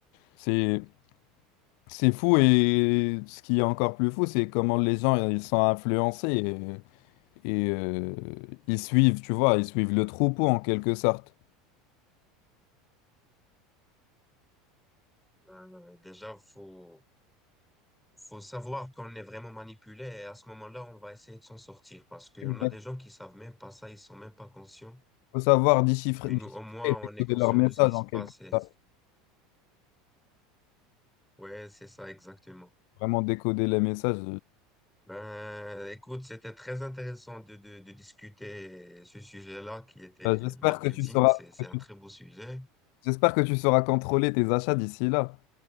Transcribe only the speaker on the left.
C'est c'est fou et ce qui est encore plus fou, c'est comment les gens ils sont influencés et, et, euh, ils suivent, tu vois, ils suivent le troupeau en quelque sorte.
Il
faut savoir déchiffrer,
déchiffrer
et
décoder
leurs messages
en quelque
sorte,
vraiment décoder les messages.
Euh,
J'espère
que tu sauras,
que tu-
j'espère que tu sauras contrôler tes achats d'ici là.